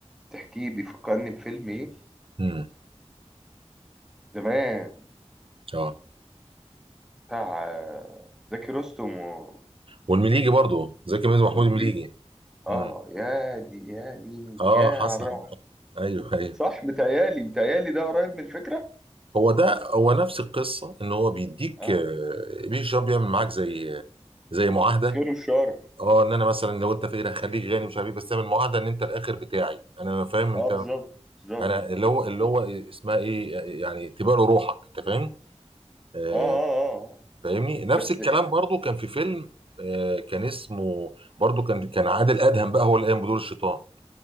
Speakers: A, in the centre; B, on the right.
A: بتحكيه بيفكرني بفيلم ايه
B: امم
A: زمان
B: اه
A: بتاع آه، زكي رستم و...
B: والمليجي برضو زكي ميزو محمود
A: والليجي
B: المليجي
A: اه
B: امم
A: يا دي يا ديني
B: اه
A: يا
B: حصل
A: على الروعه
B: ايوه ايوه
A: صح متهيألي متهيألي ده قريب من الفكره
B: هو ده هو نفس القصه ان هو بيديك
A: اه
B: آه، بيك شاب بيعمل معاك زي زي معاهده
A: الخير والشر
B: اه ان انا مثلا لو انت فقير هخليك غني مش عارف ايه بس تعمل معاهده ان انت الاخر بتاعي انا فاهم
A: اه
B: انت
A: بالظبط بالظبط
B: انا اللي هو اللي هو اسمها ايه يعني تبقى له روحك انت فاهم آه
A: اه اه اه آه.
B: فاهمني نفس
A: بس
B: الكلام برضو كان في فيلم آه كان اسمه برضو كان كان عادل ادهم بقى هو اللي قام بدور الشيطان